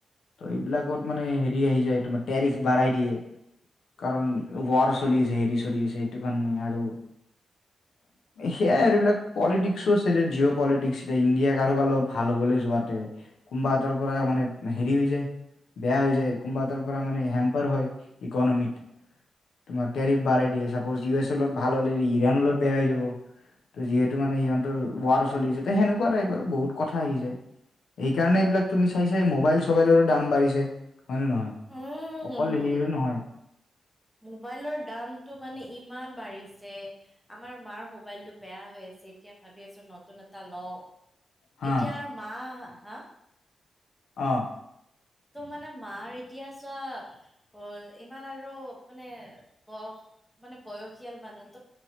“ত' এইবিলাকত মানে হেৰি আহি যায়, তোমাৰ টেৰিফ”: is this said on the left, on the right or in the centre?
Left